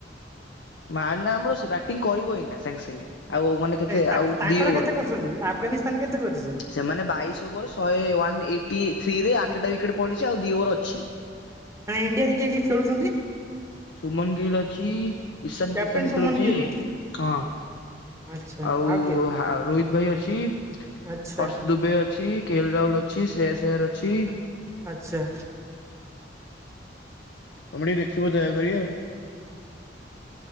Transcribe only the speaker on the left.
ମାରନା ଆମର ସେ ବ୍ୟାଟିଂ କରିବ ଏଇନା ସାଙ୍ଗେ ସାଙ୍ଗେ। ଆଉ ମାନେ କେତେ
ଆଉ?
ଦି ଓଭର
ସେମାନେ ବାଇଶ ଓଭର ଶହେ ୱାନ୍ ଏ ଟି ଥ୍ରୀରେ ଆଠଟା ୱିକେଟ ପଡିଛି ଆଉ ଦି ଓଭର ଅଛି।
ସୁମନ ଡିଲ୍ ଅଛି ଇଶାନ୍
କିସାନ୍
ଖେଳୁଛି
ହଁ।
ଆଉ
ହାଁ ରୋହିତ ଭାଇ ଅଛି।
ହର୍ସ ଦୁବେ ଅଛି କେଲ୍ ରାହୁଲ ଅଛି ଶ୍ରେୟାସ୍ ଆୟର ଅଛି।
ତମେ ଟିକେ ଦେଖିବ ଦୟାକରି ଆଉ।